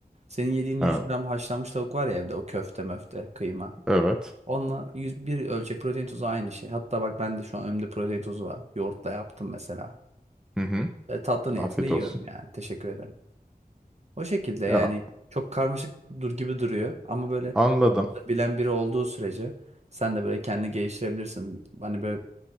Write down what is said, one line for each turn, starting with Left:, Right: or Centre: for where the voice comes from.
Right: Senin yediğin 100
Centre: ha,
Right: gram haşlanmış tavuk var ya evde o köfte möfte kıyma.
Centre: evet.
Right: Onunla 101 ölçek protein tozu aynı şey. Hatta bak ben de şu an önümde protein tozu var. Yoğurtla yaptım mesela.
Centre: Hı hı.
Right: E, tatlı niyetine
Centre: Afiyet
Right: yiyorum
Centre: olsun.
Right: yani. Teşekkür ederim. O şekilde yani
Centre: Ya,
Right: çok karmaşık dur gibi duruyor. Ama böyle
Centre: anladım.
Right: bilen biri olduğu sürece sen de böyle kendini geliştirebilirsin. Hani böyle